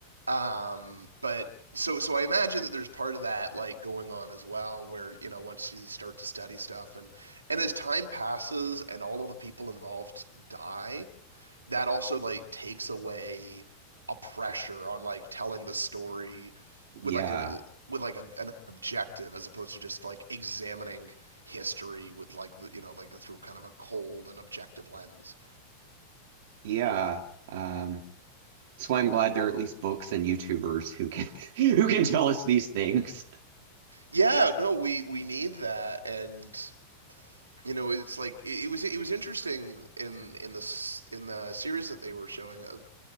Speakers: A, on the right; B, on the right.
A: Um, but so so I imagine that there's part of that like going on as well where you know once you start to study stuff and and as time passes and all of the people involved die that also like takes away a pressure on like telling the story
B: yeah,
A: with like a with like a, an objective as opposed to just like examining history with like the you know like through kind of a cold and objective lens
B: yeah. Um, that's why I'm glad there are at least books and YouTubers who can <laughs> who can tell us these things.
A: yeah no we we need that and you know it's like it, it was it was interesting in in the in the series that they were showing of